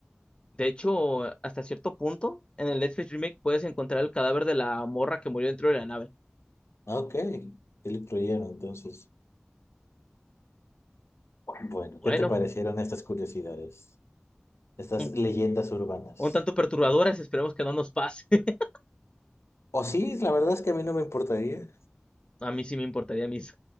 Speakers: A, on the left; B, on the left.
A: De hecho, hasta cierto punto, en el Dead Space Remake puedes encontrar el cadáver de la morra que murió dentro de la nave.
B: Ok, sí lo incluyeron entonces. Bueno,
A: Bueno,
B: ¿qué te parecieron estas curiosidades? Estas
A: un,
B: leyendas urbanas.
A: un tanto perturbadoras, esperemos que no nos pase. <laughs>
B: O sí, la verdad es que a mí no me importaría.
A: A mí sí me importaría, Misa.